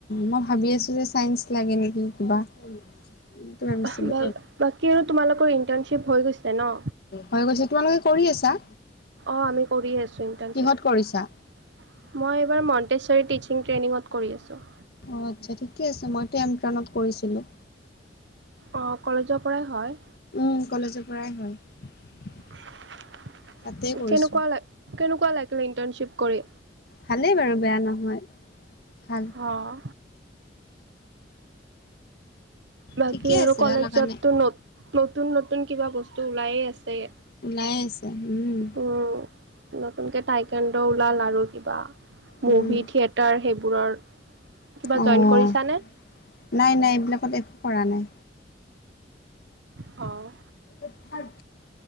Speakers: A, on the left; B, on the right.
A: মই ভাবি আছোঁ যে চাইন্ঞ্চ লাগে নেকি কিবা, এনেকে ভাবিছিলো
B: বাকী আৰু তোমালোকৰ ইণ্টাৰ্ণশ্বিপ হৈ গৈছে ন?
A: হৈ গৈছে তোমালোকে কৰি আছা?
B: অ আমি কৰিয়ে আছো ইন্টাৰ্ণশ্বিপ
A: কিহত কৰিছা?
B: মই এইবাৰ টেছাৰী টিচিং ট্ৰেইনিঙত কৰি আছোঁ।
A: অহ আচ্ছা ঠিকে আছে মইটো এমট্ৰনত কৰিছিলোঁ।
B: অহ কলেজৰ পৰাই হয়
A: ওহ কলেজৰ পৰাই হয়।
B: কেনেকুৱা
A: তাতেই কৰিছো
B: লাগ কেনেকুৱা লাগিলে ইন্টাৰ্ণশ্বিপ কৰি?
A: ভালেই বাৰু বেয়া নহয় ভাল
B: অহ বাকী
A: ঠিকে
B: আৰু
A: আছে
B: কলেজতো
A: বেয়া লগা নাই
B: নতুন নতুন কিবা বস্তু ওলাই আছে ইয়াত,
A: ওলাই আছে উম।
B: উম নতুনকে টাইকাণ্ড ওলাল আৰু কিবা মুভি
A: উম,
B: থিয়েটাৰ সেইবোৰৰ কিবা
A: অ',
B: জইন কৰিছা নে?
A: নাই নাই এইবিলাকত একো কৰা নাই।
B: অঁ,
A: এ ঠাত